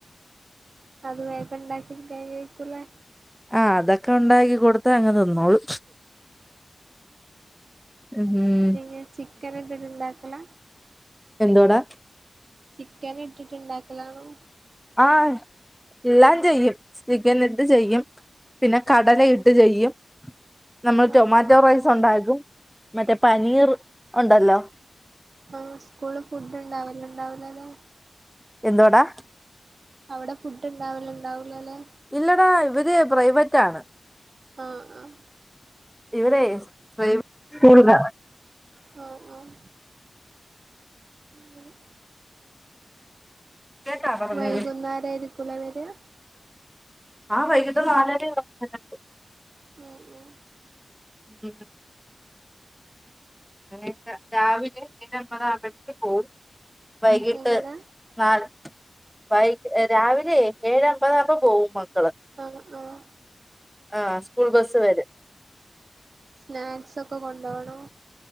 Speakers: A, on the right; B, in the centre.
A: അത് വേഗം ഉണ്ടാക്കി കൈയ്യേക്കൂലേ
B: ആഹ് അതൊക്കെ ഒണ്ടാക്കി കൊടുത്ത അങ്ങെ തിന്നോളു ഉം
A: പിന്നെ ചിക്കൻ എന്തങ്കിലും ഉണ്ടാക്കല
B: എന്തോടാ?.
A: ചിക്കന് ഇട്ടിട്ട് ണ്ടാക്കലണോ?.
B: ആഹ ല്ലാം ചെയ്യും. ചിക്കനിട്ട് ചെയ്യും, പിന്നെ കടല ഇട്ട് ചെയ്യും. നമ്മള് ടൊമാറ്റോ
A: ആഹ് ആഹ്
B: റൈസ് ഒണ്ടാക്കും. മറ്റേ പനീർ ഒണ്ടല്ലോ?
A: ആ സ്കൂള് ഫുഡ് ഉണ്ടാവലുണ്ടാവൂലല്ലോ?.
B: എന്തുവാടാ?
A: അവടെ ഫുഡ് ഇണ്ടാവല്ണ്ടാവൂലല്ലേ
B: ഇല്ലടാ ഇവര് പ്രൈവറ്റ് ആണ്
A: ആഹ് ആഹ്
B: ഇവിടേ പ്രൈ കൂടുക
A: ആഹ് ആഹ് അങ്ങനെ
B: കേട്ടാ പറഞ്ഞത്
A: വൈകുന്നേരം ആയിരിക്കുല്ലേ വെര്യാ
B: ആഹ് വൈകീട്ട് നാലരെം <unintelligible>
A: ഉം ഉം
B: ഉം അങ്ങനക്കെ രാവിലെ എഴേ അമ്പതാകുമ്പോഴേക്ക് പോവും വൈകീട്ട്
A: എങ്ങനെ
B: നാല് വൈ രാവിലെ ഏഴെ അമ്പതാവുമ്പോ പോവും മക്കള്
A: ആഹ് ആഹ്
B: ആഹ് സ്കൂൾ ബസ് വരും
A: സ്നാക്സൊക്കെ കൊണ്ടാേവണോ